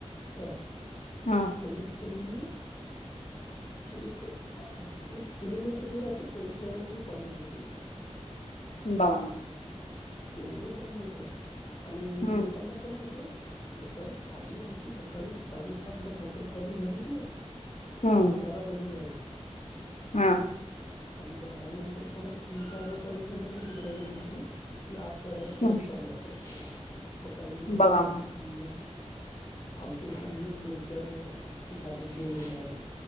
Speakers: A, on the left; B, on the left.
A: काय
B: हा
A: कमीत कमी एक- एक किलोमीटरवर असं पाईप लावून आमी पाणी देत होतो.
B: ब <unintelligible>
A: येवढं पाणी होतं आणि
B: हम्म
A: लोकांना पण कसं खर्चाल पाणी आमची सकाळी साडेसात ला मोटर चालू झाली की नाही
B: हम्म
A: बाराला बंद करायच.
B: हा.
A: आणि बारा नंतर परत तीन चार ला चालू केलं कनी दुसऱ्या गल्लीतली ती आठ साडेआठपर्यंत
B: हम्म
A: चालू असायवी मग काही लोक
B: बघा
A: म्हणायची
B: मग.
A: की आमच्याकडे येऊन दोन चार घागरी घेऊन येणार.